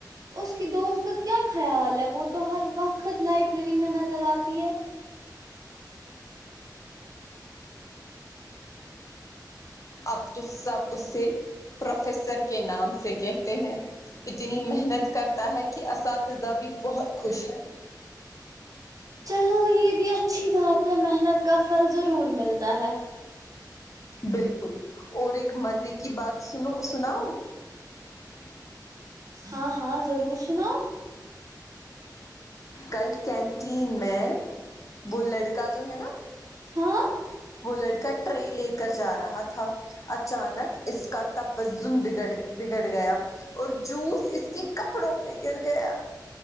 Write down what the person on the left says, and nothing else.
اب تو سب اس سے پروفیسر کے نام سے کہتے ہیں اتنی محنت کرتا ہے کہ اساتذہ بھی بہت خوش ہے
بالکل اور ایک مزے کی بات سنو سناؤ <inaudible>
کل کینٹین میں وہ لڑکا جو ہے نا
وہ لڑکا ٹرے لے کر جا رہا تھا اچانک اس کا تفازن بگڑ بگڑ گیا اور جوس اس کے کپڑوں پہ گر گیا